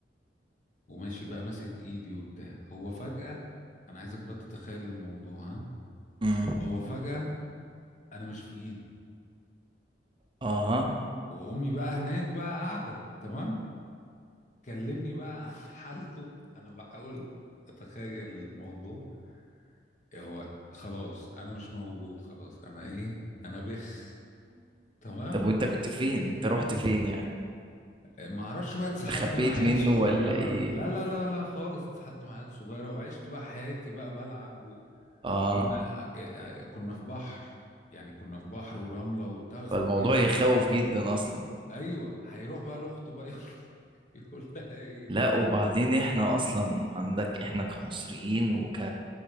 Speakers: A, on the left; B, on the right.
A: وماشي بقى ماسك إيدي وبتاع هو فجأة أنا عايزك بقى تتخيل الموضوع ها
B: امم
A: هو فجأة أنا مش في إيده
B: اها
A: وأمي بقى هناك بقى قاعدة تمام كلمني بقى عن <laughs> حالته انا بحاول اتخيل الموضوع هو خلاص انا مش موجود خلاص انا ايه انا بخ تمام
B: طب وانت كنت فين انت رحت فين يعني
A: ما اعرفش بقى اتسحلت
B: خبيت
A: مع عيال
B: منه
A: صغيره
B: ولا ايه
A: لا لا لا لا خالص اتسحلت مع عيال صغيره وعشت بقى حياتي بقى بلعب و...
B: اه
A: كنا آه، آه، كنا في بحر يعني كنا في بحر ورمله وبتاع بس
B: فالموضوع
A: الدنيا زحمه
B: يخوف جدا اصلا
A: ايوه هيروح بقى لاخته بقى يقول <laughs> يقول لها ايه بقى
B: لا وبعدين احنا اصلا عندك احنا كمصريين وك